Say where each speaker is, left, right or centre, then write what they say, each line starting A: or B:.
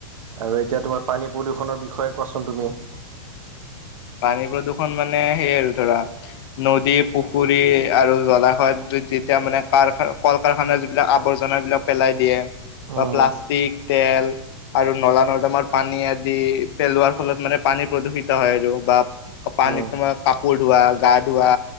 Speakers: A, on the right; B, on the left.
A: আৰু। এতিয়া তোমাৰ পানী প্ৰদূষণৰ বিষয়ে কোৱাচোন তুমি।
B: পানী প্ৰদূৰ্ষণ মানে সেইয় আৰু ধৰা। নদী পুখুৰী আৰু জলাশয়ত যেতিয়া মানে কাৰ কল কাৰখানা যিবিলাক আৱৰ্জনা। বিলাক পেলাই দিয়ে
A: উম,
B: বা প্লাষ্টিক তেল। আৰু নলা নৰ্দমাৰ পানী আদি পেলোৱাৰ ফলত মানে পানী প্ৰদূষিত হয় আৰু। বা পানীত
A: উম,
B: তোমাৰ কাপোৰ ধোৱা গা ধোৱা